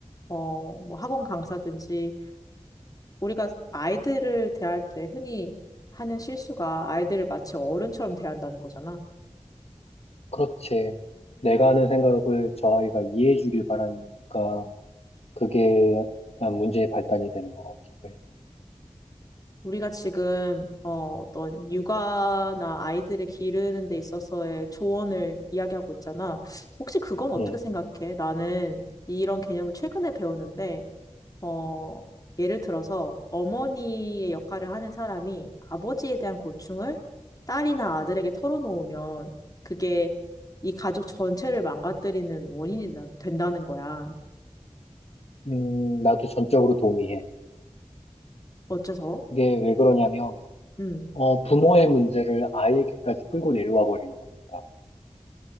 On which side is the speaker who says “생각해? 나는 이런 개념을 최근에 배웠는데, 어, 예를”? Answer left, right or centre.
Left